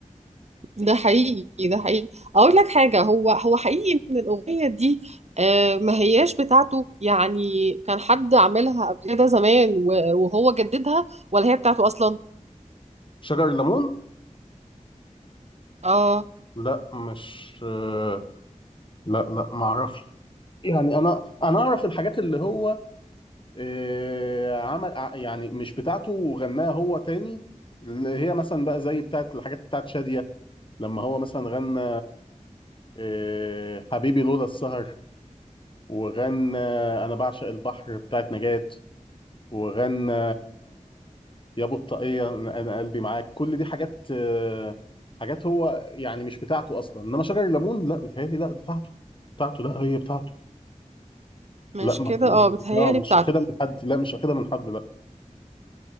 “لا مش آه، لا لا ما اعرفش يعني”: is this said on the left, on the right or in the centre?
Left